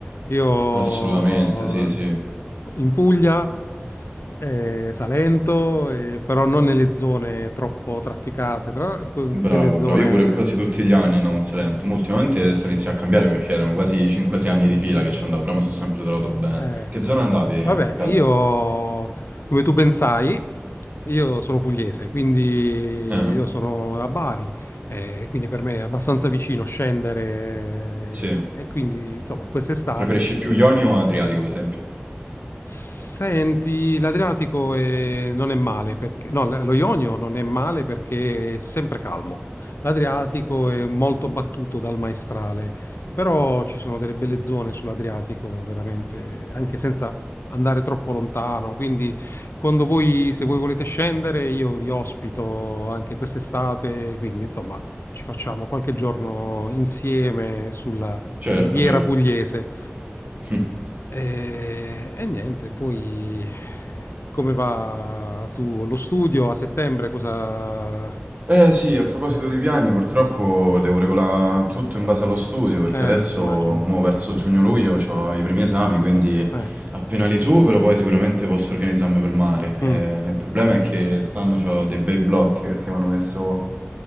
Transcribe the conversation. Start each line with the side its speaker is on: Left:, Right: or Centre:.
Left: eh. Io
Right: Assolutamente, sì, sì.
Left: in Puglia, eh, Salento, eh, però non nelle zone troppo trafficate, tra- delle
Right: Bravo,
Left: zone...
Right: bravo. Io pure quasi tutti gli anni andavo in Salento, ma ultimamente sto iniziando a cambiare perché erano quasi 5-6 anni di fila che ci andavo, però mi sono sempre trovato bene.
Left: eh.
Right: Che zona andavi, eh,
Left: Vabbè,
Right: più che altro?
Left: io, come tu ben sai, io sono pugliese, quindi io
Right: Eh?
Left: sono a Bari, eh, quindi per me è abbastanza vicino scendere
Right: Sì.
Left: eh, e quindi, insomma, quest'estate
Right: Preferisci più Ionio o Adriatico, per esempio?
Left: Senti, l'Adriatico eh, non è male perché, no, l- lo Ionio non è male perché è sempre calmo. L'Adriatico è molto battuto dal maestrale, però ci sono delle belle zone sull'Adriatico, veramente, anche senza andare troppo lontano. Quindi, quando voi, se voi volete scendere, io vi ospito anche quest'estate. Quindi, insomma, ci facciamo qualche giorno insieme sulla
Right: Certo,
Left: Riviera
Right: certo.
Left: Pugliese.
Right: <laughs>
Left: E, e niente, poi come va tu lo studio a settembre? Cosa...
Right: Eh sì, a proposito di piani, purtroppo devo regolare tutto in base allo studio, perché
Left: Eh,
Right: adesso,
Left: immagino.
Right: mo, verso giugno-luglio, ho i primi esami, quindi
Left: Eh,
Right: appena li supero poi sicuramente posso organizzarmi per il mare.
Left: mm,
Right: Eh, il problema è che stanno ho dei bei blocchi, perché mi hanno messo